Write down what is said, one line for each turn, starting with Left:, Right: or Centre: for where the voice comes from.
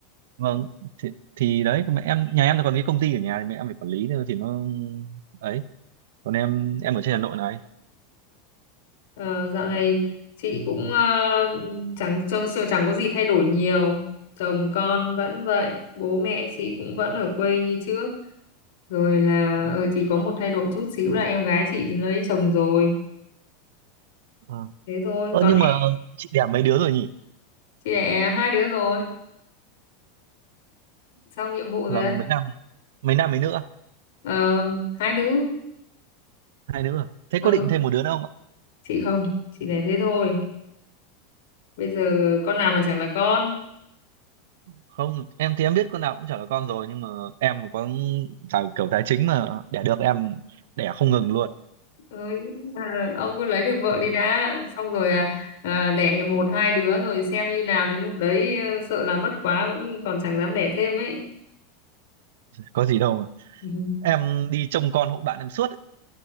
Right: vâng thì, thì đấy còn mẹ em nhà em thì còn cái công ty ở nhà thì mẹ em phải quản lý thôi thì nó ấy. Còn em em ở trên Hà Nội này.
Left: Ờ, dạo này chị cũng ờ, chẳng chưa, chưa chẳng có gì thay đổi nhiều chồng con vẫn vậy bố mẹ chị cũng vẫn ở quê như trước rồi là
Right: Ừ.
Left: ờ, chỉ có một thay đổi chút xíu là em gái chị thì nó lấy chồng rồi
Right: Ờ
Left: thế thôi
Right: Ơ,
Left: còn
Right: nhưng mà chị đẻ mấy đứa rồi nhỉ?
Left: chị đẻ hai đứa rồi xong nhiệm vụ rồi
Right: Là
Left: đấy
Right: mấy nam mấy nam mấy nữ? à?
Left: Ờ, hai nữ
Right: Hai nữ. à? Thế
Left: ừ
Right: có định thêm một đứa nữa không?
Left: chị không chị đẻ thế thôi bây giờ con nào mà chẳng là con
Right: không em thì em biết con nào cũng chả là con rồi nhưng mà em mà có tài, kiểu tài chính mà đẻ được em đẻ không ngừng luôn
Left: Ôi, à, ông cứ lấy được vợ đi đã xong rồi à, à, đẻ một hai đứa rồi xem như nào đến lúc đấy ờ, sợ là vất quá cũng còn chẳng dám đẻ thêm ấy
Right: có gì đâu mà.
Left: Ừ.
Right: em đi trông con hộ bạn em suốt ấy,